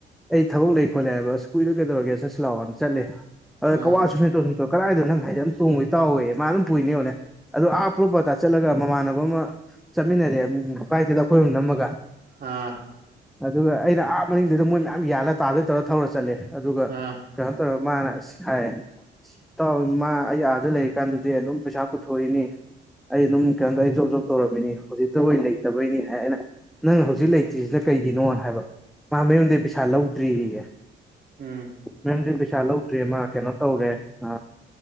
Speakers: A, in the centre; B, on the right.
A: ꯑꯩ ꯊꯕꯛ ꯂꯩ ꯈꯣꯠꯂꯦ ꯍꯥꯏꯕ ꯑꯁ ꯀꯨꯏꯗꯣ ꯀꯩꯗꯧꯔꯒꯦ ꯆꯠꯁ ꯂꯥꯛꯑꯣꯅ ꯆꯠꯂꯦ ꯑꯗ
B: ꯑꯥ
A: ꯀꯋꯥꯁꯨꯨꯝ ꯑ ꯀꯗꯥꯏꯗꯣ ꯅꯪ ꯍꯥꯏꯦ ꯑꯗꯨꯝ ꯇꯣꯡꯕꯒꯤ ꯇꯧꯏꯦ ꯃꯥ ꯑꯗꯨꯝ ꯄꯨꯏꯅꯦꯕꯅꯦ ꯑ ꯑꯞ ꯄ꯭ꯔꯣꯞꯄ ꯆꯠꯂꯒ ꯃꯃꯥꯟꯅꯕ ꯑꯃ ꯆꯠꯃꯤꯟꯅꯔꯦ ꯕꯥꯥꯏꯛꯇꯨꯗ ꯑꯩꯈꯣꯏ ꯑꯃ ꯅꯝꯃꯒ
B: ꯑ
A: ꯑꯗꯨꯒ ꯑꯩꯅ ꯑꯥ ꯃꯅꯤꯡꯗꯨꯗ ꯃꯣꯏ ꯃꯌꯥꯝ ꯌꯥꯜꯂ ꯇꯥꯗ ꯇꯧꯔ ꯊꯧꯔ ꯆꯠꯂꯦ ꯑꯗꯨꯒ
B: ꯑꯥ
A: ꯀꯩꯅ ꯇꯧ ꯃꯥꯅ ꯑꯁ ꯍꯥꯏꯌꯦ ꯇꯥꯎ ꯏꯃ ꯑꯩ ꯑꯥꯗ ꯂꯩꯔꯤꯀꯥꯟꯗꯗꯤ ꯑꯗꯨꯝ ꯄꯩꯁꯥ ꯄꯨꯊꯣꯛꯏꯅꯤ ꯑꯩ ꯑꯗꯨꯝ ꯀꯩꯅꯣꯇ ꯑꯩ ꯖꯣꯕ ꯖꯣꯕ ꯇꯧꯔꯝꯃꯤꯅꯤ ꯍꯧꯖꯤꯛꯇꯕꯨ ꯂꯩꯇꯕꯩꯅꯤ ꯍꯥꯏ ꯑꯩꯅ ꯅꯪ ꯍꯧꯖꯤꯛ ꯂꯩ ꯇꯔꯤꯁꯤꯅ ꯀꯩꯒꯤꯅꯣꯅ ꯍꯥꯏꯕ ꯃꯥ ꯃꯌꯨꯝꯗ ꯄꯩꯁꯥ ꯂꯧꯗ꯭ꯔꯤꯌꯦ
B: ꯎꯝ
A: ꯃꯦꯝꯗꯤ ꯄꯩꯁꯥ ꯂꯧꯗ꯭ꯔꯤ ꯃꯥ ꯀꯩꯅꯣ ꯇꯧꯔꯦ ꯑ